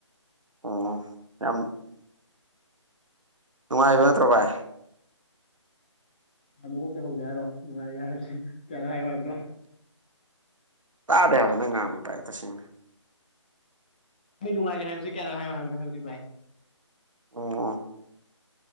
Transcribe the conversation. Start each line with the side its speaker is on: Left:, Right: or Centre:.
Right: ꯑꯣ ꯌꯥꯝ ꯅꯨꯡꯉꯥꯏꯕ ꯅꯠꯇ꯭ꯔꯣ ꯚꯥꯏ
Left: ꯃꯈꯨꯞꯇ ꯍꯧꯖ ꯍꯥꯏꯔꯣ ꯅꯨꯡꯉꯥꯏꯔꯦ ꯍꯥꯏꯔꯁꯤ ꯀꯌꯥꯅꯉꯥꯏ ꯍꯥꯏꯔꯕꯅꯣ
Right: ꯇꯥꯗꯦ ꯍꯥꯏꯕ ꯅꯪ ꯉꯥꯡ ꯇꯥꯏ ꯇꯁꯦꯡꯅ
Left: ꯑꯩ ꯅꯨꯡꯉꯥꯏꯔꯦ ꯍꯥꯏꯕꯁꯦ ꯀꯌꯥꯔꯣ ꯍꯥꯏꯌꯣ ꯍꯥꯏꯕꯅꯣ ꯍꯥꯏꯕꯅꯤ ꯚꯥꯏ
Right: ꯑꯣ